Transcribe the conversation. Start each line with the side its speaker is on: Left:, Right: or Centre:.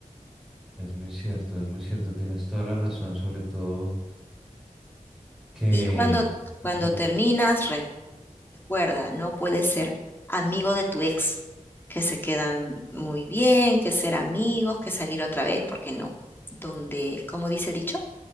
Centre: Es muy cierto, es muy cierto, tienes toda la razón, sobre todo que
Left: Y cuando, cuando
Centre: Dime.
Left: terminas, re- recuerda, no puedes ser amigo de tu ex, que se quedan muy bien, que ser amigos, que salir otra vez, porque no. Donde, como dice el dicho,